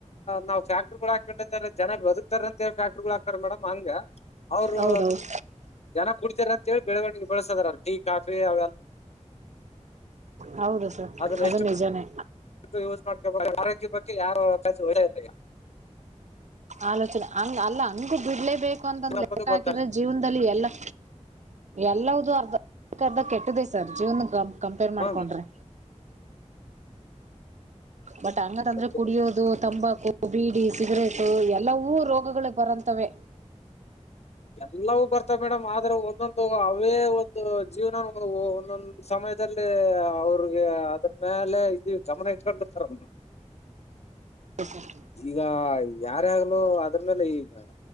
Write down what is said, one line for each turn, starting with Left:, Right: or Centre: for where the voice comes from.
Left: ನಾವು ಫ್ಯಾಕ್ಟ್ರಿ ಹಾಕೊಂಡ <unintelligible> ಜನ ಬದುಕ್ತಾರಂತೆ ಫ್ಯಾಕ್ಟ್ರಿಗಳು ಹಾಕ್ತಾರ ಮೇಡಮ್ ಹಂಗ ಅವ್ರು
Right: ಹೌದೌದು
Left: ಜನ ಕುಡ್ತಾರೆ ಅಂತೇಳಿ ಬೆಳವಣಿಗೆ ಬೆಳಸದಾರಲ್ಲ ಟೀ ಕಾಫಿ ಅವೆಲ್ಲಾ
Right: ಹೌದು ಸರ್
Left: ಅದನ್ನ
Right: ಅದು
Left: ಎಷ್ಟು
Right: ನಿಜಾನೇ
Left: ಯೂಸ್ ಮಾಡ್ಕೊ ಆರೋಗ್ಯ ಬಗ್ಗೆ ಯಾರ <unintelligible> ಇಲ್ಲ
Right: ಆಲೋಚನೆ ಹಂಗ ಅಲ್ಲ ಹಂಗು ಬಿಡ್ಲೇ ಬೇಕು ಹಾಕೊಂಡ ಬಂದು
Left: ಒಳ್ಳೆಂಬುದು
Right: ಲೇಟ್ ಹಾಕಿದ್ರೆ
Left: ಗೊತ್ತಲ್ಲ
Right: ಜೀವನದಲ್ಲಿ ಎಲ್ಲಾ ಎಲ್ಲವುದು ಅರ್ಧ <unintelligible> ಅರ್ಧ ಕೆಟ್ಟದೇ ಸರ್ ಜೀವನ ಕ ಕಂಪೇರ್ ಮಾಡ್ಕೊಂಡ್ರೆ
Left: ಹಾ ಮೇಡಮ್
Right: ಬಟ್ ಹಂಗತ್ ಅಂದ್ರೆ
Left: ಅದು
Right: ಕುಡಿಯೋದು, ತಂಬಾಕು, ಬೀಡಿ, ಸಿಗರೇಟು ಎಲ್ಲವೂ ರೋಗಗಳು ಬರಂತವೆ.
Left: ಎಲ್ಲವು ಬರ್ತ ಮೇಡಮ್ ಆದ್ರೆ ಒಂದೊಂದು ಅವೇ ಒಂದು ಜೀವನ ಒಂದೊಂದು ಸಮಯದಲ್ಲಿ ಅವ್ರಿಗೆ ಅದ್ರ ಮೇಲೆ ಇದ ಗಮನ ಇಟ್ಕೊಂಡಿರ್ತಾರ
Right: <unintelligible>
Left: ಈಗ ಯಾರ್ಯಾಗಲೂ ಅದ್ರ ಮೇಲೆ ಈಗ